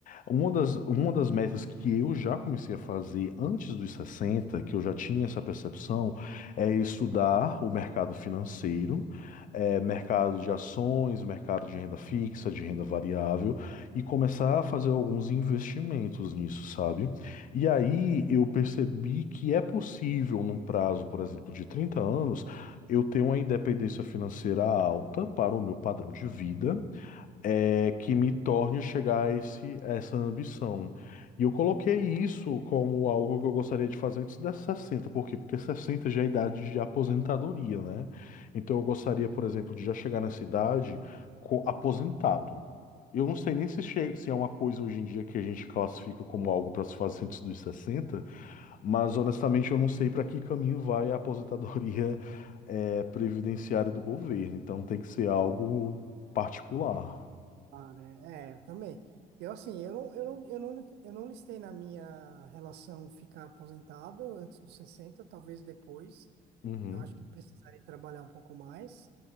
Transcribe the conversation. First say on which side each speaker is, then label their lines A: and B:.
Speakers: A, on the left (about 50°); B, on the right (about 75°).
A: uma das, uma das metas que eu já comecei a fazer antes dos 60, que eu já tinha essa percepção, é estudar o mercado financeiro. é, mercado de ações, mercado de renda fixa, de renda variável, e começar a fazer alguns investimentos nisso, sabe? E aí eu percebi que é possível, num prazo, por exemplo, de 30 anos, eu ter uma independência financeira alta para o meu padrão de vida é, que me torne a chegar a esse, a essa ambição. E eu coloquei isso como algo que eu gostaria de fazer antes das 60 por quê? Porque 60 já é a idade de aposentadoria, né? Então eu gostaria, por exemplo, de já chegar nessa idade co- aposentado. Eu não sei nem se, che- se é uma coisa hoje em dia que a gente classifica como algo para se fazer antes dos sessenta mas honestamente eu não sei para que caminho vai a aposentadoria <laughs> eh, previdenciária do governo. Então tem que ser algo particular.
B: Ah, né? É, eu também. Eu, assim, eu não, eu não, eu não, eu não listei na minha relação ficar aposentado antes dos sessenta talvez depois.
A: Uhum.
B: Eu acho que precisaria trabalhar um pouco mais.